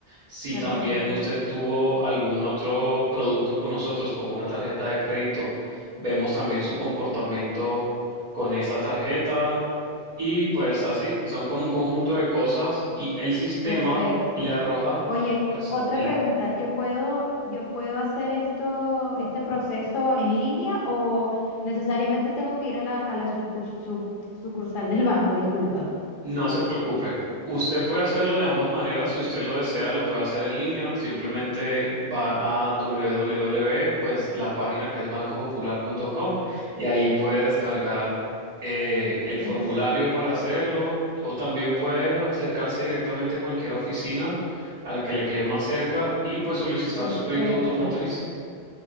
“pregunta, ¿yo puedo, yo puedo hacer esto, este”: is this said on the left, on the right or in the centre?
Left